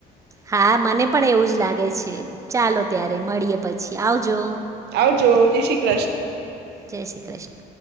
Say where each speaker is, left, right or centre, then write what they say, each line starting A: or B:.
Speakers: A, on the right; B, on the right.
A: હા મને પણ એવું જ લાગે છે. ચાલો ત્યારે મળીએ પછી આવજો.
B: આવજો. જય શ્રી કૃષ્ણ.
A: જય શ્રી કૃષ્ણ.